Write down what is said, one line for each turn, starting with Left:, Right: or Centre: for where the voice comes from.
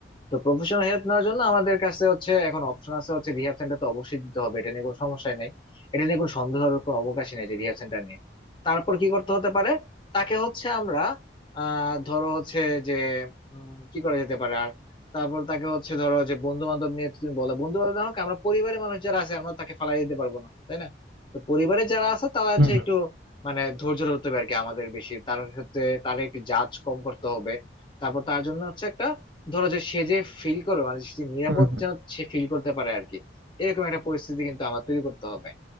Left: তো প্রফেশনাল হেল্প নেওয়ার জন্য আমাদের কাছে হচ্ছে এখন অপশন আছে হচ্ছে রিহাব সেন্টার তো অবশ্যই দিতে হবে এটা নিয়ে কোনো সমস্যা নেই এটা নিয়ে কোনো সন্দেহের কোনো অবকাশই নেই যে রিহাব সেন্টার নিয়ে তারপর কি করতে হতে পারে তাকে হচ্ছে আমরা আহ ধরো হচ্ছে যে উম, কি করা যেতে পারে আর তারপর তাকে হচ্ছে ধরো যে বন্ধু বান্ধব নিয়ে তুমি বলো বন্ধু বান্ধব না হোক আমরা পরিবারের মানুষ যারা আছে আমরা তাকে ফালাই দিতে পারবো না তাই না তো পরিবারের যারা আছে তারা হচ্ছে
Right: হম
Left: একটু মানে ধৈর্য ধরতে হবে আর কি আমাদের বেশি তার সাথে তারা একটু জাজ কম করতে হবে তারপর তার জন্য হচ্ছে একটা ধরো যে সে যে ফিল করে মানে সে নিরাপদ
Right: হম হম হম
Left: যেন সে ফিল করতে পারে আর কি এরকম একটা পরিস্থিতি কিন্তু আমার তৈরি করতে হবে